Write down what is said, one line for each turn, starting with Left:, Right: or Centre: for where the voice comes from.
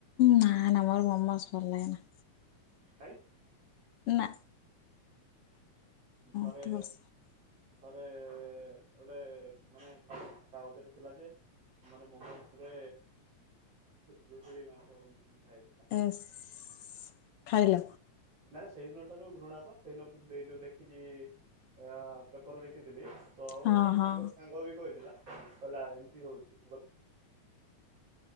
Left: ନାଁ ନାଁ ମୋର ମମୋସ ଭଲ ଲାଗେନା।
Right: କାଇଁ
Left: ନାଁ। ମତେ
Right: ଥରେ
Left: ବସ
Right: ଥରେ ଗୋଟେ ମାନେ କାଗଜରେ ଥିଲା ଯେ ମାନେ ମୋମସରେ ଘୁଷୁରୀ ମାଂସ ମିଶା ହେଇଥିଲା।
Left: ଏସ ଖାଇଲ।
Right: ନା ସେଇଦିନ ଠାରୁ ଘୃଣା ପା ସେଦିନ ଯୋଉ ଦେଖିକି। ଏଅଁ ପେପର ଦେଖିଥିଲି। ତୋ
Left: ହଁ
Right: ଜଣେ
Left: ହଁ।
Right: ସାଙ୍ଗ ସାଙ୍ଗ ହେବି କହିଥିଲା। କହିଲା ଏମିତି ହଉଛି। ମୁଁ